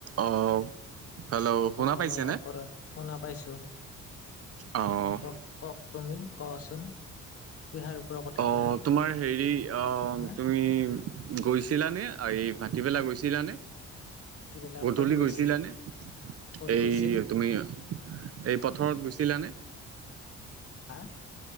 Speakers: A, on the right; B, on the left.
A: অ, hello
B: ভ্ৰমণৰ
A: শুনা পাইছেনে?
B: ওপৰত শুনা পাইছো।
A: অঁ।
B: কওক কওক তুমি। কোৱাচোন কিহাৰ ওপৰৰ কথা
A: অহ
B: ক'ব
A: তোমাৰ হেৰি আহ
B: হা
A: তুমি গৈছিলানে আই ভাটি পেলাই গৈছিলানে?
B: ভাটিবেলা
A: গধূলি
B: ক'ত গৈছিল
A: গৈছিলানে,
B: ক'ত
A: এই
B: গৈছিল
A: তুমি এই পথাৰত গুচিলানে?
B: হা?